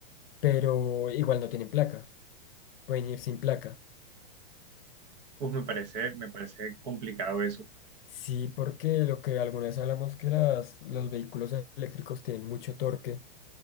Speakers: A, on the left (about 80°); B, on the right (about 45°).
A: pero igual no tienen placa, pueden ir sin placa.
B: Uf, me parece, me parece complicado eso.
A: Sí, porque lo que alguna vez hablamos que las, los vehículos eléctricos tienen mucho torque.